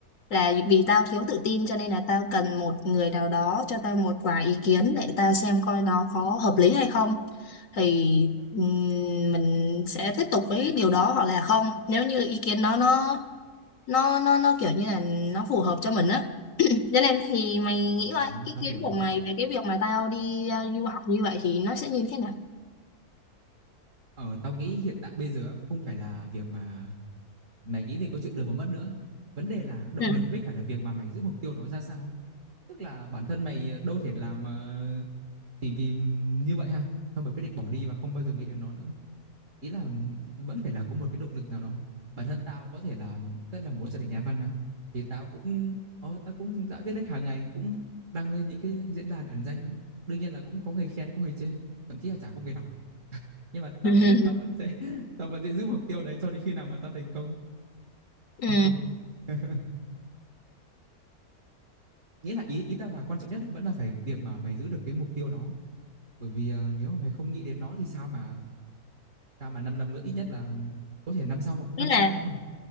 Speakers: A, on the left; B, on the right.
A: là vì tao thiếu tự tin cho nên là tao cần một người nào đó cho tao một vài ý kiến để tao xem coi nó có hợp lý hay không. Thì ừm, mình sẽ tiếp tục với điều đó hoặc là không. Nếu như ý kiến đó nó nó nó nó kiểu như là nó phù hợp cho mình á Vậy nên thì mày
B: Ờ,
A: nghĩ coi ý
B: tao
A: kiến
B: hiểu.
A: của mày về cái việc mà tao đi ờ, du học như vậy thì nó sẽ như thế nào?
B: Ờ, tao nghĩ hiện tại bây giờ á, không phải là việc mà mày nghĩ về câu chuyện được và mất nữa. Vấn đề là động
A: Ừ.
B: lực với cả là việc mà mày giữ mục tiêu đó ra sao ấy. Tức là bản thân mày ờ, đâu thể làm mà chỉ vì như vậy ha. Xong mày quyết định bỏ đi và không bao giờ nghĩ đến nó nữa. Ý là vẫn phải là có một cái động lực nào đó. ấy. Bản thân tao có thể là rất là muốn trở thành nhà văn á. Thì tao cũng ờ, tao cũng đã viết lách hàng ngày cũng đăng lên những cái diễn đàn ẩn danh á. Đương nhiên là cũng có người khen, có người chê, thậm chí là chả có người đọc nhưng mà tao
A: <laughs>
B: nghĩ là tao vẫn sẽ <laughs> tao vẫn sẽ giữ mục tiêu đấy cho đến khi nào mà tao thành công
A: Ừ.
B: hoặc không <laughs> nghĩa là ý ý tao là quan trọng nhất ý, vẫn là phải việc mà mày giữ được cái mục tiêu đó bởi vì à, nếu mà mày không nghĩ đến nó thì sao mà sao mà 5 năm nữa ít nhất là có thể năm sau hoặc năm
A: Ý là
B: sau nữa